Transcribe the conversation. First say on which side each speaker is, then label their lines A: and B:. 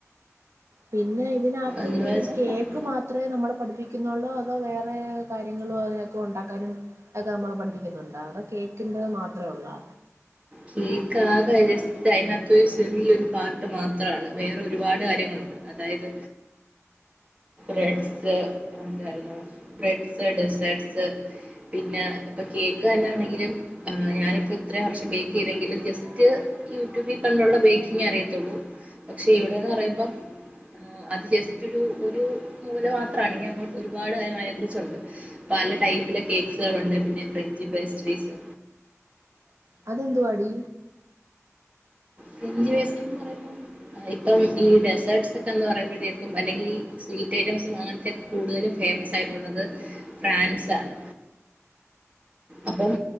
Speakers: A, on the right; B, on the right.
A: പിന്നെ ഇതിനകത്ത്
B: എന്തുവാ
A: ഈകേ
B: വെച്ചാൽ
A: ക്ക് മാത്രെ നമ്മളെ പഠിപ്പിക്കുന്നുള്ളൂ അതോ വേറെ കാര്യങ്ങളോക്കെ ഉണ്ടാക്കാനും അത് നമ്മളെ പഠിപ്പിക്കുന്നുണ്ടോ അതൊ കേക്കിന്റെ മാത്രെള്ളോ
B: കേക്കാകെ ജെസ്റ്റ് അയ്നത്ത് ഒരു സെറിയൊരുപാട്ട് മാത്രാണ് വേറെ ഒരുപാട് കാര്യങ്ങളുണ്ട് അതായത് റെഡ്സ് ന്താരുന്നു ബ്രഡ്സ് ഡ്സർട്സ് പിന്നെ ഇപ്പൊ കേക്ക് ന്നാണെങ്കിലും ഞാനിപ്പോ ഇത്രേ വർഷ ബേക്ക്യ്തെങ്കിലും ജസ്റ്റ് യൂട്യൂബി കണ്ടുള്ള ബേ‌ക്കിങ്ങെ അറിയത്തുള്ളൂ പക്ഷെ ഇവിടെന്ന് പറയുമ്പം അത് ജസ്റ്റ് ഒരു ഒരു മൂല മാത്രണ് ഇനി അങ്ങോട്ട് ഒരുപാട് കാര്യങ്ങള് അയിനെക്കുറിച്ചുണ്ട് പല ടൈപ്പിലെ കേക്ക്സേളുണ്ട് പിന്നെ ഫ്രഞ്ച്പേസ്ട്രീസ്
A: അതെന്തു വാടി
B: ഫ്രെഞ്ച് വേസ്റ്റ്ന്ന് പറയുമ്പോ ഇപ്പം ഈ ഡെസേട്സ് ഒക്കെന്ന് പറയുമ്പോഴത്തേക്കും അല്ലെങ്കി സ്വീറ്റ് ഐറ്റംസും അങ്ങനത്തൊക്കെ കൂടുതലും ഫേമസ് ആയിട്ടുള്ളത് ഫ്രാൻസാണ് അപ്പം